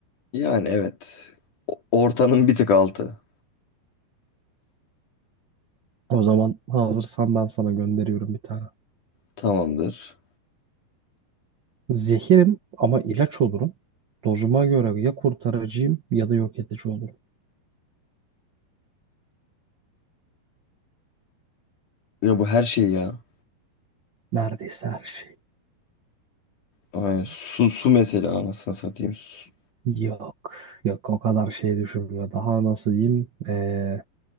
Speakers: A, on the left (about 50°); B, on the right (about 65°).
A: Yani evet. O- Ortanın bir tık altı.
B: O zaman hazırsan ben sana gönderiyorum bir tane.
A: Tamamdır.
B: Zehirim ama ilaç olurum. Dozuma göre ya kurtarıcıyım ya da yok edici olurum.
A: Ya bu her şey ya.
B: Neredeyse her şey.
A: Aynen. Su, su mesela anasını satayım. Su-
B: Yok. Yok o kadar şey düşünme. Daha nasıl diyeyim? Ee,